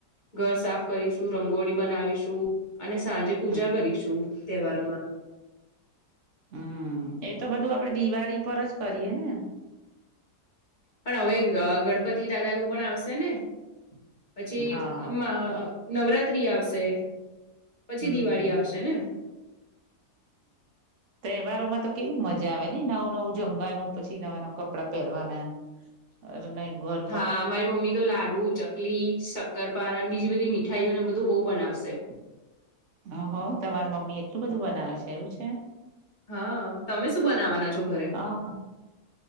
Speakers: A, on the left; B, on the right.
A: ઘર સાફ કરીશું રંગોળી બનાવીશું. અને સાંજે પૂજા
B: હમ
A: કરીશું, તહેવારોમાં.
B: હમ. એ તો બધું આપડે દિવાળી પર જ કરીએ ને?
A: પણ હવે, ગણપતિ દાદાનું પણ આવશે ને પછી
B: હા
A: અમ નવરાત્રી આવશે. પછી
B: હમ.
A: દિવાળી આવશે ને
B: તહેવારોમાં તો કેવી મજા આવે ને નવું નવું જમવાનું, પછી નવા નવા કપડાં પહેરવાના.
A: <inaudible>
B: અરે નાઈ ઘઢ.
A: હા, મારી મમ્મી તો લાડુ ચ કલી, શક્કરપારણ બીજી બધી મીઠાઈઓને બધું બહુ બનાવશે.
B: હહ, તમાર મમ્મી એટલું બધું બનાવે છે એવું છે?
A: હા તમે શું બનાવવાના છો ઘરે
B: હા.